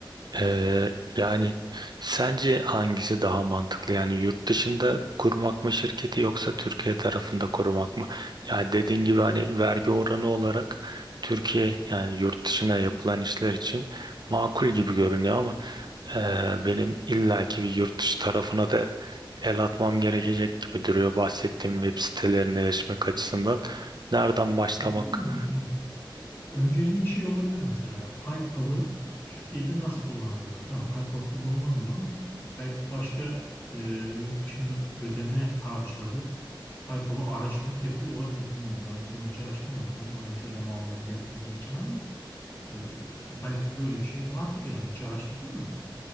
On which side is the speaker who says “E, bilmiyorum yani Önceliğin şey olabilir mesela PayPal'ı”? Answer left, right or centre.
Left